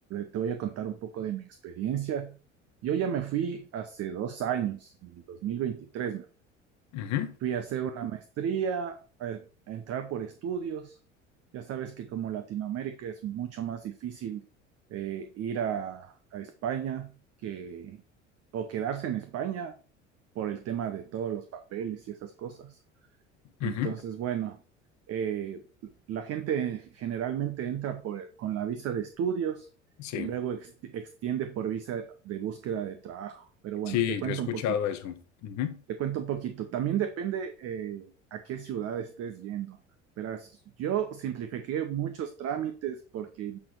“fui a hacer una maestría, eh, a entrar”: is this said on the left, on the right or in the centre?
Right